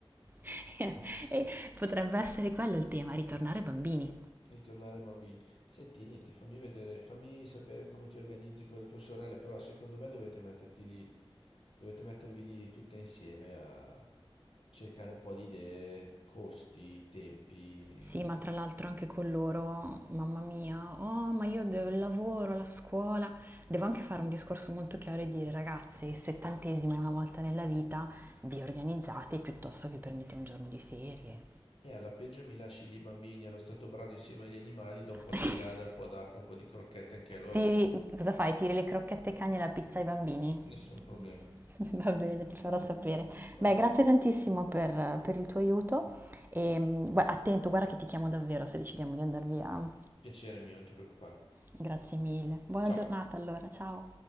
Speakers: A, on the right (about 20°); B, on the left (about 65°).
A: <laughs> E potrebbe essere quello il tema, ritornare bambini.
B: Ritornare bambini. Senti, niente, fammi vedere, fammi sapere come ti organizzi con le tue sorelle, però secondo me dovete metterti lì, dovete mettervi lì tutte insieme a cercare un po' di idee, costi, tempi.
A: Sì, ma tra l'altro anche con loro, mamma mia, oh, ma io devo il lavoro, la scuola. Devo anche fare un discorso molto chiaro e dire, ragazzi, il settantesimo è una volta nella vita, vi organizzate piuttosto che prendete un giorno di ferie.
B: E alla peggio mi lasci lì i bambini allo stato brado insieme agli animali, do un po'
A: <laughs>
B: di biada, un po' d'acqua, un po' di crocchette anche a loro.
A: Tiri, cosa fai? Tiri le crocchette ai cani e la pizza ai bambini?
B: Nessun problema.
A: <laughs> Va bene, ti farò sapere.
B: Ottimo.
A: Beh, grazie tantissimo per, per il tuo aiuto e mm, gua- attento, guarda che ti chiamo davvero se decidiamo di andare via.
B: Piacere mio, non ti preoccupare.
A: Grazie mille. Buona
B: Ciao.
A: giornata allora, ciao.